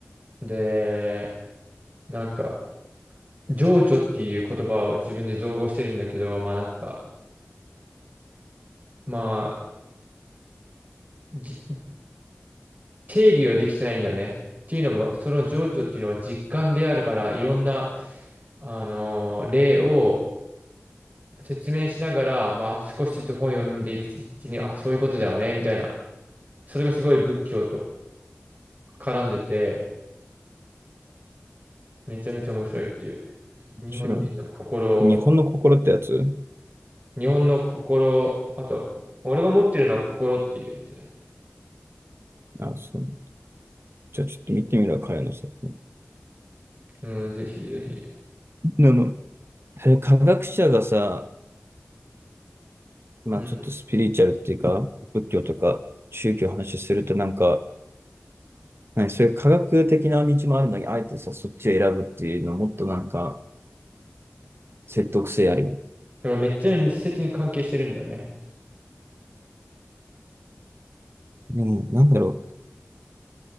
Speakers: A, on the right (about 40°); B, on the right (about 60°).
A: で、なんか、情緒っていう言葉を自分で造語してるんだけど、まあなんか、まあ、じ定義はできてないんだよね。っていうのも、その情緒っていうのは実感であるから、いろんな、あのー例を説明しながら、まあ少しずつ本を読んでいくうちに、あ、そういうことだよね、みたいな。それがすごい仏教と絡んでて、めちゃめちゃ面白いっていう。日本人の心を、
B: 白いね。日本の心ってやつ
A: 日本の心、あと、俺が持ってるのは心っていうやつ。
B: あ、そう。じゃあちょっと見てみるわ、彼の作品。
A: うん、ぜひぜひ。
B: でも、そういう科学者がさ、まあちょっとスピリチュアルっていうか、
A: うん
B: 仏教とか宗教の話するとなんか、何、そういう科学的な道もあるのに、あえてさ、そっちを選ぶっていうのもっとなんか説得性あるよね。
A: だからめっちゃ密接に関係してるんだよね。
B: でも、なんだろう。